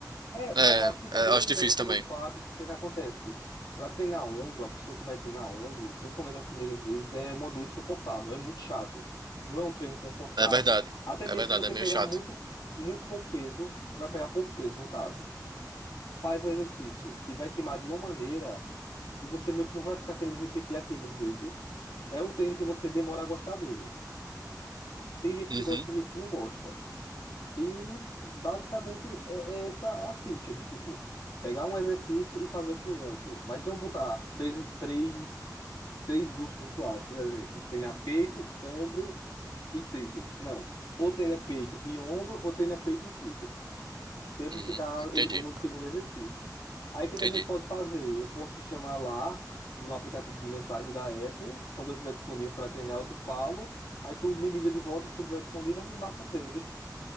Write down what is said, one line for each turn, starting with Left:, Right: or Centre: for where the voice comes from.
Left: É,
Right: É,
Left: mas eu acho que também
Right: é, eu acho difícil
Left: leva pelo
Right: também.
Left: fato que o que, é que acontece? Para treinar ombro, a pessoa que vai treinar ombro, principalmente nas primeiras vezes, é uma dor insuportável, é muito chato. Não é um treino confortável.
Right: É verdade.
Left: Até mesmo
Right: É verdade,
Left: se você
Right: é meio
Left: pegar
Right: chato.
Left: muito, muito pouco peso, você vai pegar pouco peso no caso faz o exercício e vai queimar de uma maneira que você meio que não vai ficar querendo repetir aquele desse. É um treino que você demora a gostar dele. Tem gente que
Right: Uhum,
Left: gosta, tem gente que não gosta. E basicamente é, é essa a ficha de tipo pegar um exercício e fazer com o ombro, mas não botar três, três, três grupos musculares, por exemplo, treinar peito, ombro e tríceps. Não. Ou treina peito e ombro, ou treina peito e tríceps. Sempre
Right: uhum,
Left: ficar
Right: entendi,
Left: ele como segundo exercício. Aí o que
Right: entendi.
Left: que a gente pode fazer? Eu posso te chamar lá no aplicativo de mensagem da Apple. Quando eu estiver disponível para treinar, eu te falo. Aí tu me liga de volta se tu estiver disponível, a gente marca um treino. Vê se-